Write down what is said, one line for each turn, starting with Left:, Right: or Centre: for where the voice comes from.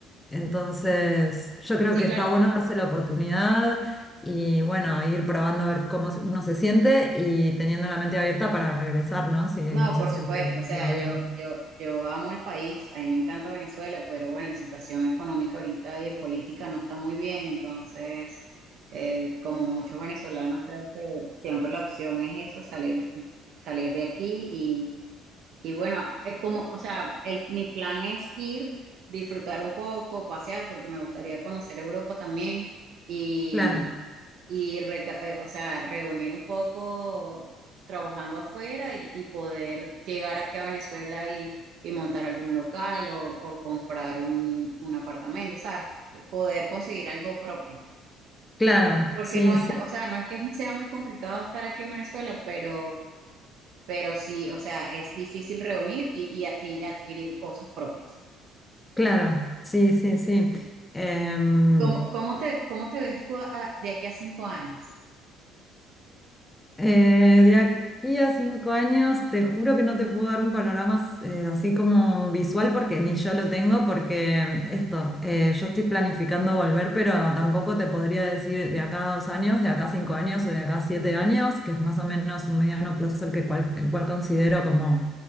Left: Entonces, yo creo
Right: Sí,
Left: que
Right: claro.
Left: está bueno darse la oportunidad y bueno, ir probando a ver cómo uno se siente y teniendo la mente abierta para regresar, ¿no? Si
Right: No,
Left: no se
Right: por
Left: siente
Right: supuesto, o sea,
Left: uno bien.
Right: yo, yo, yo amo el país, a mí me encanta Venezuela, pero bueno, la situación económica ahorita y de política no está muy bien, entonces, eh, como muchos venezolanos, creo que siempre la opción es esa, salir, salir de aquí y, y bueno, es como, o sea, el, mi plan es ir, disfrutar un poco, pasear, porque me gustaría conocer Europa también y,
Left: Claro,
Right: y reca- eh, o sea, reunir un poco trabajando afuera y, y poder llegar aquí a Venezuela y, y montar algún local o, o comprar un, un apartamento, ¿sabes? Poder conseguir algo propio.
Left: claro,
Right: Porque
Left: sí,
Right: no está,
Left: sí,
Right: o sea, no es que sea muy complicado estar aquí en Venezuela, pero, pero sí, o sea, es difícil reunir y, y a- y adquirir cosas propias.
Left: claro, sí, sí, sí. Em,
Right: ¿Y cómo, cómo te, cómo te ves tú a- a- de aquí a cinco años?
Left: Eh, de aquí a cinco años, te juro que no te puedo dar un panorama eh, así como visual porque ni yo lo tengo, porque esto, eh, yo estoy planificando volver, pero tampoco te podría decir de acá a dos años, de acá a cinco años o de acá a siete años, que es más o menos un mediano plazo el que cual- el cual considero como